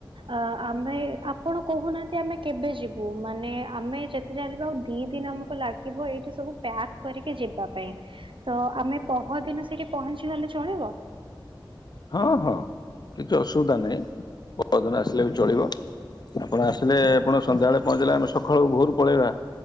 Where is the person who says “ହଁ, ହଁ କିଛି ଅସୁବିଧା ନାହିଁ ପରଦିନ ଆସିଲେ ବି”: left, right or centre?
Left